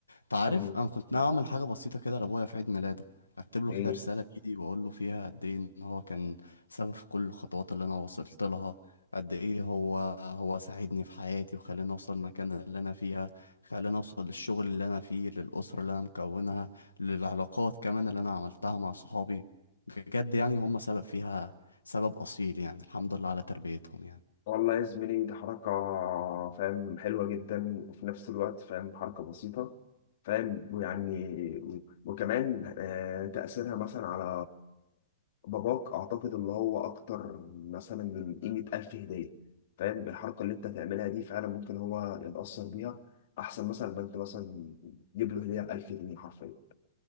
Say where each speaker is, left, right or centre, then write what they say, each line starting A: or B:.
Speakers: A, on the left (about 80°); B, on the left (about 50°).
A: تعرف
B: مم.
A: انا كنت ناوي اعمل حاجه بسيطه كده لابويا في عيد ميلاده اكتب له
B: ايه
A: كده رساله بايدي واقول له فيها قد ايه ان هو كان سبب في كل الخطوات اللي انا وصلت لها قد ايه هو هو ساعدني في حياتي وخلاني اوصل المكان اللي انا فيها خلاني اوصل للشغل اللي انا فيه للاسره اللي انا مكونها للعلاقات كمان اللي انا عملتها مع صحابي بجد يعني هم سبب فيها سبب اصيل يعني الحمد لله على تربيتهم يعني
B: والله يا زميلي دي حركه فاهم حلوه جدا وفي نفس الوقت فاهم حركه بسيطه فاهم ويعني و- وكمان آه، تاثيرها مثلا على باباك اعتقد اللي هو اكتر مثلا من قيمه الف هديه فاهم بالحركه اللي انت هتعملها دي فعلا ممكن هو يتاثر بيها احسن مثلا ما انت مثلا تجيب له هديه ب 1000 جنيه حرفيا